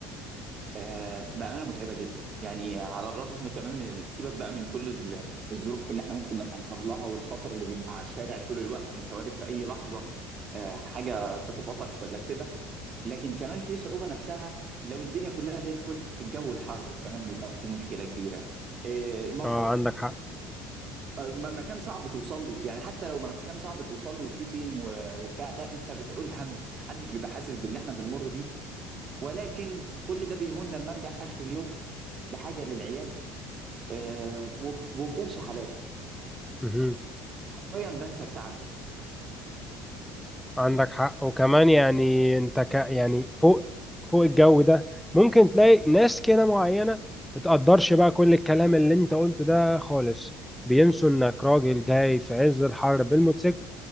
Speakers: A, on the right; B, in the centre.
A: آه بامانه متعبه جدا يعني على الرغم كمان من ال- سيبك بقى من كل ال- الظروف اللي احنا ممكن نتعرض لها والخطر اللي بيبقى على الشارع طول الوقت انت وارد في اي لحظه آه حاجه تخبطك ولا كده لكن كمان في صعوبه نفسها لو الدنيا كلها زي الفل الجو الحر كمان بيبقى فيه مشكله كبيره آه مطر
B: اه عندك حق
A: آه، م- مكان صعب توصل له يعني حتى لو مكان صعب توصل له وفيه طين و- وبتاع ده انت بتعول هم محدش بيبقى حاسس باللي احنا بنمر بيه ولكن كل ده بيهون لما ارجع اخر اليوم بحاجه للعيال آه، وب- وبقرش حلال
B: مهم.
A: حرفيا بنسى التعب ده
B: عندك حق وكمان يعني انت ك يعني فوق فوق الجو ده ممكن تلاقي ناس كده معينة متقدرش بقى كل الكلام اللي انت قلته ده خالص بينسوا انك راجل جاي في عز الحر بالموتوسيكل